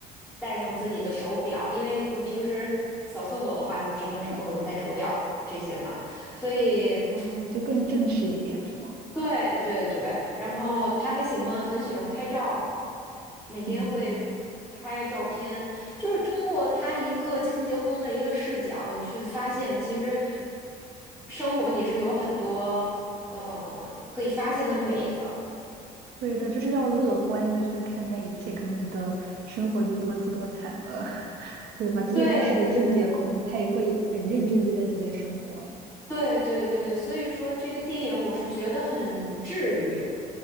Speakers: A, in the centre; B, on the right (about 70°).
A: 戴上自己的手表，因为你平时扫厕所的话，他指定是不可能戴手表这些嘛，
B: 呃
A: 所以。
B: 嗯，就更正式一点是吗？
A: 对对对，然后他还喜欢很喜欢拍照，每天会拍照片，
B: 嗯，
A: 就是通过他一个清洁工的一个视角，你去发现其实生活你是有很多呃可以发现的美的。
B: 对的，就是要乐观的，就是看待一切，可能你的生活就多姿多彩了，<laughs> 对吧？即使他是个清洁工，
A: 对对
B: 他也会很认真地对待自己的生活。
A: 对对对，所以说这个电影我是觉得很治愈。